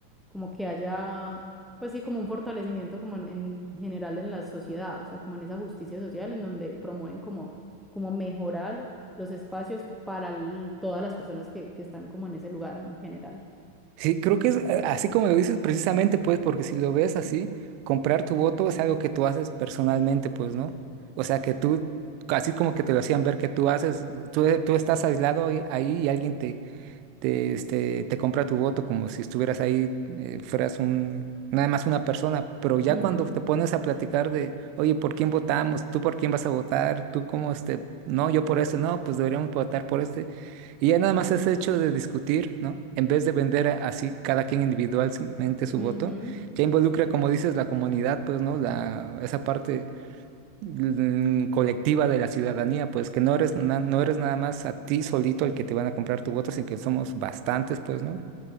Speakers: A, in the centre; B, on the right.
A: como que haya, pues sí, como un fortalecimiento como en, en general en la sociedad, o sea, como en esa justicia social en donde promueven como, como mejorar los espacios para l- todas las personas que, que están como en ese lugar en general.
B: Sí, creo que es eh, así como lo dices precisamente, pues, porque si lo ves así, comprar tu voto es algo que tú haces personalmente, pues, ¿no? O sea, que tú, así como que te lo hacían ver que tú haces, tú, tú estás aislado ahí ahí y alguien te, te, este, te compra tu voto como si estuvieras ahí, eh, fueras un, nada más una persona, pero ya
A: Ujú,
B: cuando te pones a platicar de, oye, ¿por quién votamos? ¿Tú por quién vas a votar? ¿Tú cómo este? No, yo por este, no, pues deberíamos votar por este. Y ya nada más es hecho de discutir, ¿no? En vez de vender a- así cada quien individualmente su
A: ujú,
B: voto, ya involucra, como dices, la comunidad, pues, ¿no? La, esa parte mm, colectiva de la ciudadanía, pues que no eres, na- no eres nada más a ti solito el que te van a comprar tu voto, sino que somos bastantes, pues, ¿no?